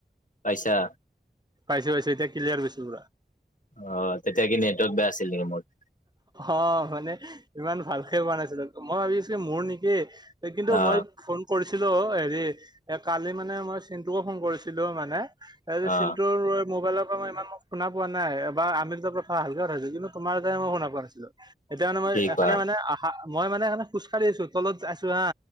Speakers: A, on the left; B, on the right.
A: পাইছা
B: পাইছে পাইছো এতিয়া ক্লিয়াৰ হৈছে পুৰা।
A: অ', তেতিয়া কি নেটৱৰ্ক বেয়া আছিল নেকি মোৰ।
B: অ', মানে ইমান ভালকে পোৱা নাছিলো মই ভাবিছো কি মোৰ নেকি কিন্তু
A: অ
B: মই ফোন কৰিছিলো হেৰি। এ কালি মানে মই চিনটুকো ফোন কৰিছিলো মানে এ
A: অ
B: চিনটোুৰ মোবাইলত ই ইমান শুনা পোৱা নাই বা আমিৰজাপ খ ভালকে ৰা হৈছে কিন্তু তোমাৰ মই শুনা পোৱা নাছিলো এতিয়া মানে মই
A: কি
B: এখে
A: কোৱা
B: মানে আহা মই মানে এ খোজকাঢ়ি আছো তত আছো হা।